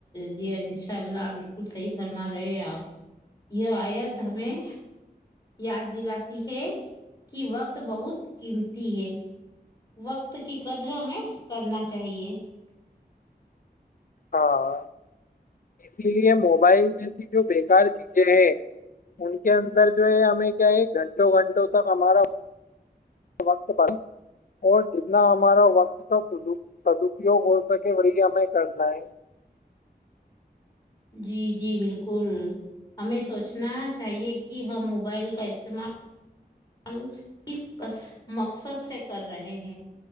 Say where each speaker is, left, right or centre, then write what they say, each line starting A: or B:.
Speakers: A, on the left (about 25°); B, on the left (about 60°).
A: جی ان شاء اللہ بالکل صحیح فرما رہے آپ یہ آئے <unintelligible> ت ہمیں <unintelligible> یاد دلاتی ہے کہ وقت بہت قیمتی ہے وقت کی قدر ہمیں کرنا چاہیئے <unintelligible>
B: ہاں اسی لیے موبائل جیسی جو بیکار چیزیں ہیں ان کے اندر جو ہے ہمیں کیا ہے گھنٹوں گھنٹوں تک ہمارا <unintelligible> وقت پرن اور جتنا ہمارا وقت تو سدپیوگ ہو سکے وہی ہمیں کرنا ہے <unintelligible>
A: جی جی بالکل ہمیں سوچنا چاہیے کہ ہم موبائل کا استعمال <unintelligible> ہم اس مقصد سے کر رہے ہیں